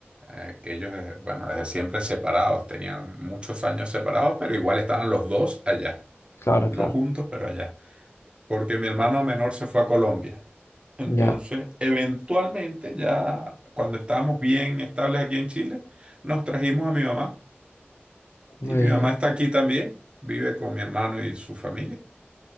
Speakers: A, on the right (about 25°); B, on the left (about 80°).
A: eh, que ellos, eh, bueno, desde siempre separados, tenían muchos años separados, pero igual estaban los dos allá.
B: claro,
A: No
B: claro,
A: juntos, pero allá. porque mi hermano menor se fue a Colombia. Entonces,
B: ya,
A: eventualmente, ya cuando estábamos bien estables aquí en Chile, nos trajimos a mi mamá.
B: eh,
A: Y mi mamá está aquí también, vive con mi hermano y su familia.